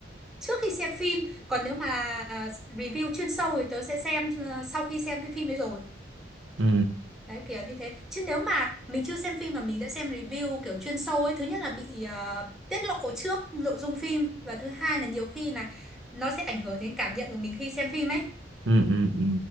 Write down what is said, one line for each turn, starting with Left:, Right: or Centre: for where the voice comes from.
Centre: trước khi xem phim còn nếu mà ờ, review chuyên sâu thì tớ sẽ xem ờ, sau khi xem cái phim đấy rồi
Right: ừ
Centre: Đấy kiểu như thế. Chứ nếu mà mình chưa xem phim mà mình đã xem review kiểu chuyên sâu ấy, thứ nhất là bị ờ, tiết lộ trước nội dung phim và thứ hai là nhiều khi là nó sẽ ảnh hưởng đến cảm nhận của mình khi xem phim ấy.
Right: ừ ừ ừ.